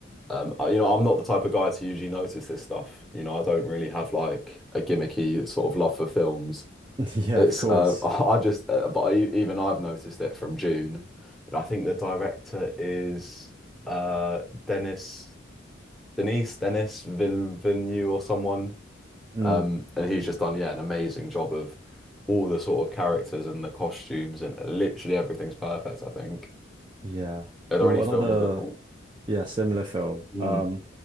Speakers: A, in the centre; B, on the right.
A: Um, I- you know I'm not the type of guy to usually notice this stuff. You know I don't really have like a gimmicky sort of love for films.
B: <laughs> Yeah,
A: It's
B: of course.
A: uh, <laughs> I just uh, but I, even I've noticed it from June. You know I think the director is uh Dennis Denise Dennis Villeneuve or someone.
B: Mm,
A: Um, and he's just done, yeah, an amazing job of all the sort of characters and the costumes and literally everything's perfect, I think.
B: yeah.
A: Are there
B: Well,
A: any films
B: another,
A: that oh,
B: yeah, similar film.
A: mm,
B: Um,